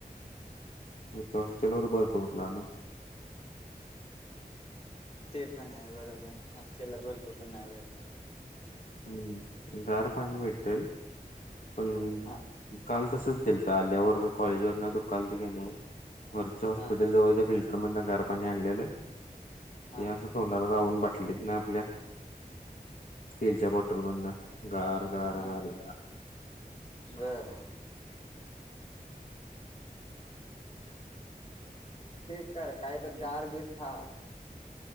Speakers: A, on the left; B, on the left.
A: इथं हॉस्टेलवर बर्फ कुठला आणू?
B: ते पण आहे बरोबर आहे. हॉस्टेलला बर्फा पण नाही भेटत.
A: हम्म गार पाणी भेटलं. पण
B: हा
A: काल तसंच केलंत आल्यावर. कॉलेजवरन दुखालतं की नई वरच्या हॉस्पिटल
B: हा
A: जवळच्या फिल मधन गार पाणी आणलेलं
B: हा
A: ते असं तोंडाला जाऊन बसलेलीत ना आपल्या स्टीलच्या बॉटलमधन गार, गार,
B: हा
A: गार जरा.
B: बर. हि गारठा हाय तर गारबीर खा.